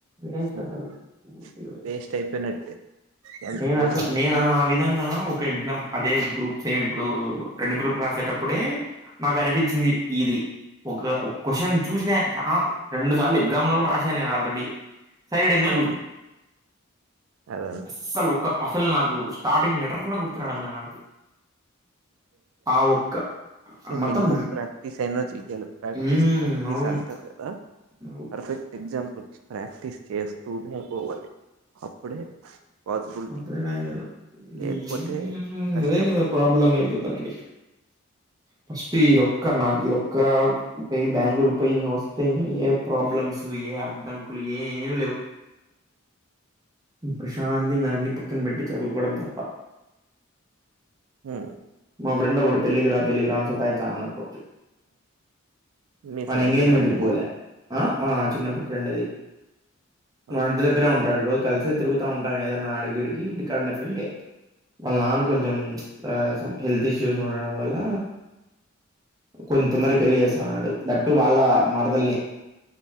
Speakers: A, on the right; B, on the right.
A: వేస్ట్
B: ఇంకా
A: అసలు. పూర్తిగా
B: వేస్ట్ అయిపోయినట్టే ఎంత
A: నేను
B: వేస్ట్
A: అట్లా నేను ఆ విధంగా ఒక ఎగ్జామ్ అదే గ్రూప్స్ సేమ్ ఇప్పుడు రెండు గ్రూప్ రాసేటప్పుడే మాకు అనిపించింది ఇది ఒక ఒక క్వశ్చన్ చూసిన చాలా రెండు సార్లు ఎగ్జామ్ లో కూడరాసాను నేను ఆల్రెడీ సైడెంగ్
B: హు
A: లో
B: అదే
A: అసలు ఒక అసలు నాకు స్టార్టింగ్ లెటర్ కూడా గుర్తురావడంలే
B: <unintelligible>
A: నాకు ఆ ఒక్క మొత్తం
B: మినిమ ప్రాక్టిస్ ఏ చ ప్రాక్టీస్
A: మ్మ్,
B: ప్రాక్టీస్
A: అవును
B: అంటారు కదా
A: అవు.
B: పర్ఫెక్ట్ ఎగ్జాంపుల్ ప్రాక్టీస్ చేస్తూనే పోవాలి అప్పుడే పాసిబిలిటీ
A: అప్పుడే రయగలాం <unintelligible>
B: లేకపోతే కష్టం
A: హు అదే కదా ప్రాబ్లం అయిపోతాంది. ఫస్ట్ ఇది ఒక్క నాగ ఇది ఒక్క ప బెంగళూరు పై ఇంక వస్తే ఇంకా ఏ ప్రాబ్లమ్స్ ఏ అడ్డంకులు ఏ ఏం లేవు. ప్రశాంతంగా ఇంగ అన్ని పక్కన పెట్టి చదువుకోవడం తప్ప
B: హు
A: మా ఫ్రెండు ఒకడు పెళ్లికిరా పెళ్లికిరా అ సత ఇస్తాన్నాడు రోజు
B: మీ
A: మన
B: ఫ్రెండ్దా
A: ఎంగేజ్మెంట్
B: పెళ్ళి
A: కి పోలే ఆ మా నా చిన్నప్పుటి ఫ్రెండ్ది మా
B: ఓకే
A: ఇంటి దగ్గర ఉం పోయి కలిసితిరుగుత ఉంటా ఏదన్నా అడిగి వీడికి ఇంటికాడ్నే ఫెళ్లి వాళ్ల నాను కొంజెం ప్చ్ ఆ సమ్ హెల్త్ ఇష్యూస్ ఉండడం వల్ల కొం తొందరగా పెళ్ళి చేస్సున్నాడు దట్టు వాళ్ళ మరదల్నే